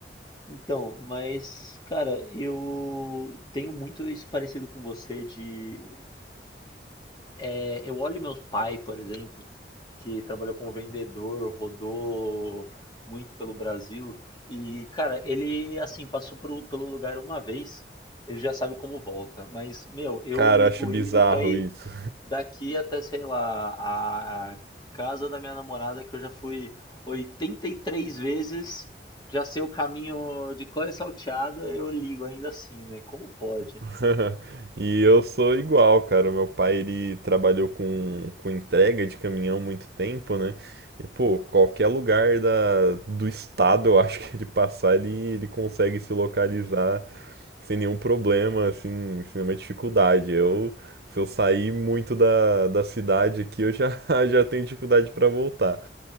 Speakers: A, on the left; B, on the right.
A: Então, mas, cara, eu tenho muito isso parecido com você de É, eu olho meu pai, por exemplo, que trabalhou como vendedor, rodou muito pelo Brasil, e, cara, ele, assim, passou pro- pelo lugar uma vez, ele já sabe como volta. Mas, meu, eu
B: Cara,
A: ligo
B: acho
A: o
B: bizarro
A: Waze pra ir
B: isso.
A: daqui até, sei lá, a casa da minha namorada, que eu já fui 83 vezes, já sei o caminho de cor e salteado, eu ligo ainda assim, né? Como pode?
B: <laughs> E eu sou igual, cara. O meu pai ele trabalhou com, com entrega de caminhão muito tempo, né? E pô, qualquer lugar da, do estado, eu acho que ele passar, ele, ele consegue se localizar sem nenhum problema, assim, sem nenhuma dificuldade. Eu, se eu sair muito da, da cidade aqui, eu já, <laughs> já tenho dificuldade para voltar.